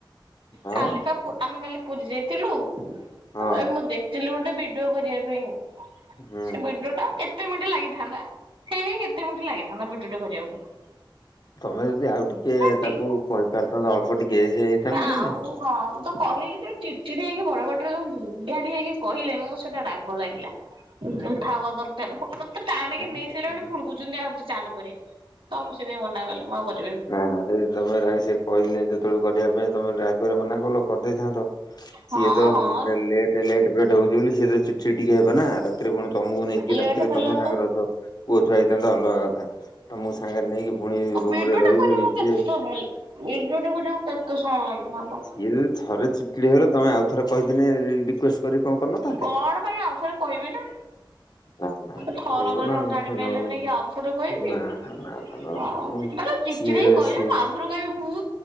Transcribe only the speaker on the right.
କାଲି ପା-ପା ଆମେ କାଲି ପୁରୀ ଯାଇଥିଲୁ ।
ଏରେ ମୁଁ ଦେଖି ଥିଲୁ ଗୋଟେ ବିଡିଓ କରିବା ପାଇଁ ।
ସେ ବିଡ଼ଓ ଟା କେତେ କେତେ ମିଣ୍ଟ ଲାଗିଥାନ୍ତା ହେଇ କେତେ ମିଣ୍ଟ ଲାଗିଥାନ୍ତା ଭିଡିଓଟି କରିବାକୁ ।
ଟି
ଆଉ
ହଁ ମୁଁ ତ କହିଲି ଯେ ଚିଡ୍ ଚିଡ୍ ହେଇକି ବଡ ପାଟିରେ ଯୋଉଗାରି ହେଇକି କହିଲେ ମେତେ ସେଟା ରାଗ ଲାଗିଲା । କଥା ହବା ଦରକାର ମୋତେ ଟାଣିକେ
ନେଇ
ସାରିଲାଣି ପୁଣକୁୁଛନ୍ତି ଆଉ ଚାଲ କରିବା । ତ ମୁଁ ସେଇପାଇଁ ମନା କଲି ମୁଁ ଆଉ କରି
ହଁ
ହଁ
ଲେଟ୍
ହେଲା
ତ
ଭିଡିଓଟା
ଟା କରିବାକୁ
କେତେ
ସମୟ ଭିଡିଓଟା କରିବାକୁ ସମୟ ଲାଗିଥାନ୍ତା।
କଣ ପାଇଁ ଆଉଥରେ କହିବି ନା?
ଥର
କରେ
କଣ
ଜାଣିପାଇଲନି
କି ଆଉଥରେ କହିବି
ହଁ
ମାନେ ଚିଡ୍‌ଚିଡ୍‌
କହିଲେ
ମୁଁ ଆଉଥରେ କହିବି ମୁଁ